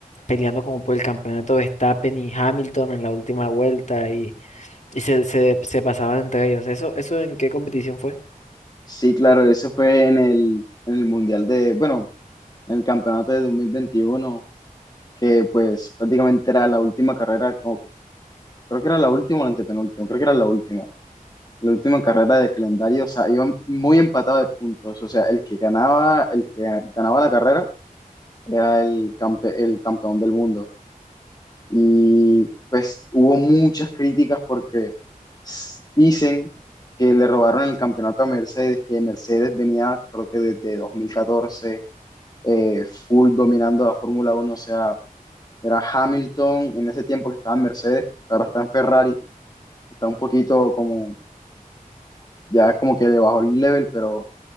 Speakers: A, on the left; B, on the left.
A: peleando como por el campeonato Verstappen y Hamilton en la última vuelta y, y se, se, se pasaban entre ellos. ¿Eso, eso en qué competición fue?
B: Sí, claro, eso fue en el, en el Mundial de, bueno, en el campeonato de dos mil veintiuno que pues prácticamente era la última carrera, como- creo que era la última o la antepenúltima, creo que era la última, la última carrera de calendario, o sea, iban muy empatados de puntos, o sea, el que ganaba, el que ganaba la carrera era el, campe- el campeón del mundo. y pues hubo muchas críticas porque s- dicen que le robaron el campeonato a Mercedes, que Mercedes venía creo que desde 2014 eh, full dominando la Fórmula uno o sea, era Hamilton en ese tiempo que estaba en Mercedes, ahora está en Ferrari, está un poquito como, ya como que le bajó el level, pero